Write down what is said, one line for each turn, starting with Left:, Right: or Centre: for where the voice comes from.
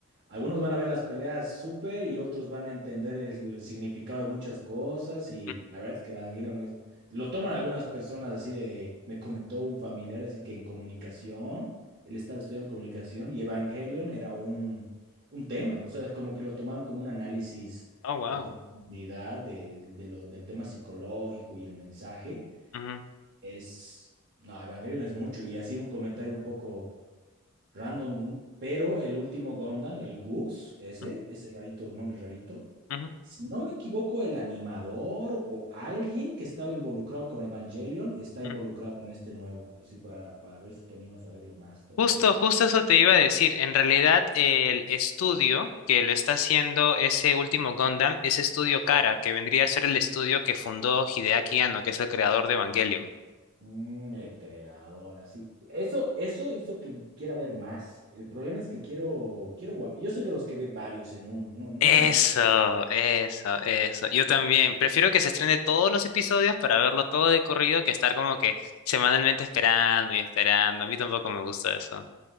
Right: algunos van a ver las peleas súper y otros van a entender el, significado de muchas cosas. Y
Left: Mm,
Right: la verdad es que Evangelion es- lo toman algunas personas así de. Me comentó un familiar, así que en comunicación, él estaba estudiando comunicación y Evangelion era un, un tema. O sea, es como que lo tomaron como un análisis
Left: Oh, wow.
Right: a profundidad de, de lo- del tema psicológico y el mensaje.
Left: Ujú,
Right: Es, no, Evangelion es mucho y así un comentario un poco random, un- pero el último Gundam, el Gux, ese,
Left: ujú,
Right: ese rarito, nombre rarito,
Left: ujú,
Right: si no me equivoco, el animador o alguien que estaba involucrado con Evangelion está
Left: ujú.
Right: involucrado en este nuevo, así para, para ver si te animas a verlo más todavía.
Left: Justo, justo eso te iba a decir. En realidad, el estudio que lo está haciendo ese último Gundam es Estudio Kara, que vendría a ser el estudio que fundó Hideaki Anno, que es el creador de Evangelion.
Right: Mm, el creador, así. Eso, eso hizo que quiera ver más. El problema es que quiero, quiero, gua- yo soy de los que ve varios en uno, no, no
Left: Eso,
Right: me gusta.
Left: eso, eso. Yo también. Prefiero que se estrene todos los episodios para verlo todo de corrido que estar como que semanalmente esperando y esperando. A mí tampoco me gusta eso.